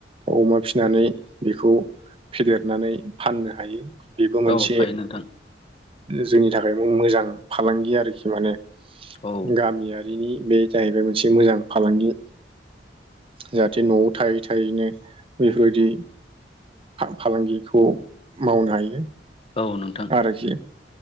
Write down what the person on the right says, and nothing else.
अमा फिसिनानै बेखौ फेदेरनानै फाननो हायो बेबो मोनसे
जोंनि थाखायबो मोजां फालांगि आरोखि माने
गामिया बिनि बे जाहैबाय मोनसे मोजां फालांगि जाहाथे न'आव थायै थायैनो बेफोरबायदि फालांगिखौ मावनो हायो
आरोखि